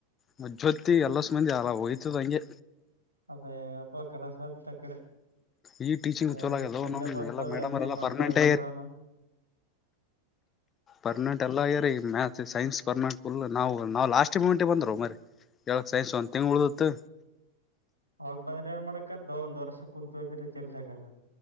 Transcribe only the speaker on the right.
ಅದೇ ಅಪ್ಪ ಕೆಲಸ ಆತ್ತ ಆ ಕಡೆ
ಅದ
ಹೆಂಗ
ಪುಣ್ಯ ಬಂತದ ಹೆಂಗ
ಬಂತದ
ಕೊರೋನಾ
ಅವಾಗ ಬಂದ್ರೆ ಏನ್ ಮಾಡಕದ್ದ ಒಂದ ವರ್ಷ ಕುಂತು ಇದ್ರೆ ಚಲ್ದಗಾರ